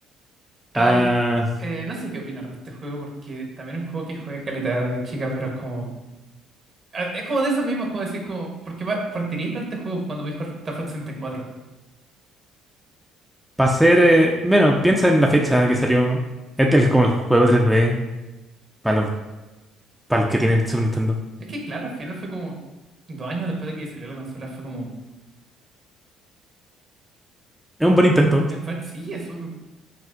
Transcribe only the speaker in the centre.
Ah,
para ser... eh, bueno, piensa en la fecha que salió. Este
es como el juego tres d para los, para los que tienen Super Nintendo.
Es un buen intento,